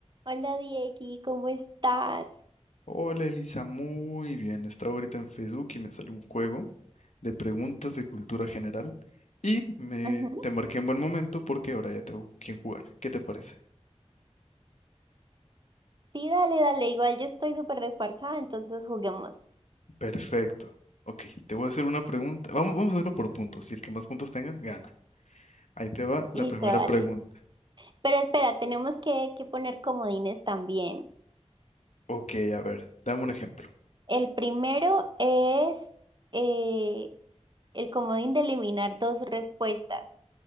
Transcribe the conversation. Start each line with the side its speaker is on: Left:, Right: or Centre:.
Right: Hola Diegui, ¿cómo estás?
Left: Hola Elisa, muy bien. Estaba ahorita en Facebook y me salió un juego de preguntas de cultura general y me
Right: Ujú.
Left: te marqué en buen momento porque ahora ya tengo quien jugar. ¿Qué te parece?
Right: Sí, dale, dale, igual yo estoy súper desparchada, entonces juguemos.
Left: Perfecto. Ok, te voy a hacer una pregunta. Vamos, vamos a hacerlo por puntos y el que más puntos tenga, gana. Ahí te va la
Right: Listo,
Left: primera
Right: dale.
Left: pregunta.
Right: Pero espera, tenemos que, que poner comodines también.
Left: Ok, a ver, dame un ejemplo.
Right: El primero es eh, el comodín de eliminar dos respuestas.